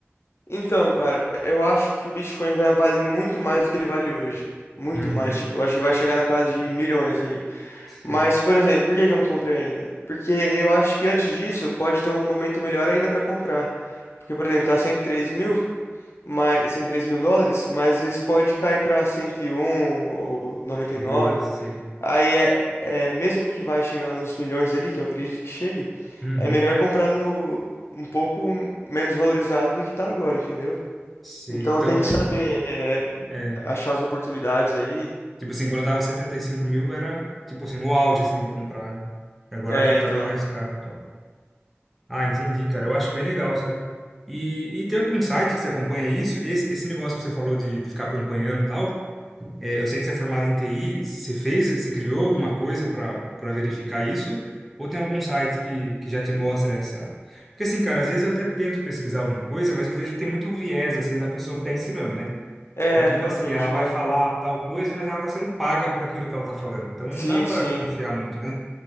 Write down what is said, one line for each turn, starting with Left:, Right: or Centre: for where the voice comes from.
Left: Então, cara, eu acho que o Bitcoin vai valer muito mais do que ele vale hoje. Muito
Centre: Uhum.
Left: mais, tipo, eu acho que vai chegar na casa de milhões aí.
Centre: Sei,
Left: Mas, por exemplo, por que que eu não comprei ainda? Porque eu acho que antes disso pode ter um momento melhor ainda pra comprar. Porque, por exemplo, tá cento e três mil, mas, cento e três mil dólares, mas às vezes pode cair pra 101 ou noventa
Centre: sei,
Left: e nove
Centre: sei.
Left: Aí é, é, mesmo que vai chegar nos milhões ali, que eu acredito que chegue,
Centre: Uhum.
Left: é melhor comprar no um pouco menos valorizado do que tá agora, entendeu?
Centre: Sei.
Left: Então
Centre: Então,
Left: tem que
Centre: tipo.
Left: saber é,
Centre: é,
Left: achar as oportunidades aí.
Centre: Tipo assim, quando eu tava 75 mil era, tipo assim, o auge, assim, pra comprar, né? Agora,
Left: É,
Centre: tipo,
Left: então.
Centre: tá bem mais caro e tal. Ah, entendi, cara. Eu acho bem legal, sabe? E, e tem algum site que você acompanha isso? Esse, esse negócio que você falou de, de ficar acompanhando e tal, é, eu sei que você é formado em TI, você fez, você criou alguma coisa para para verificar isso? Ou tem algum site que, que já te mostra essa... Porque assim, cara, às vezes eu até tento pesquisar alguma coisa, mas eu vejo que tem muito viés, assim, da pessoa que tá ensinando, né?
Left: É,
Centre: Então, tipo
Left: realmente,
Centre: assim, ela vai
Left: mano.
Centre: falar tal coisa, mas ela está sendo paga por aquilo que ela está falando. Então, não
Left: Sim,
Centre: dá para
Left: sim,
Centre: confiar muito, né?